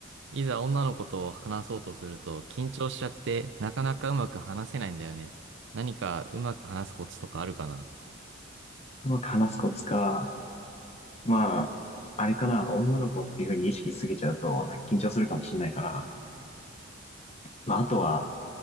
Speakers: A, on the right; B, on the left.
A: いざ女の子と話そうとすると緊張しちゃってなかなかうまく話せないんだよね。何かうまく話すコツとかあるかな
B: うまく話すコツか、まあ、あれかな、女の子っていうふうに意識しすぎちゃうと、なんか緊張するかもしれないから、まあ、あとは、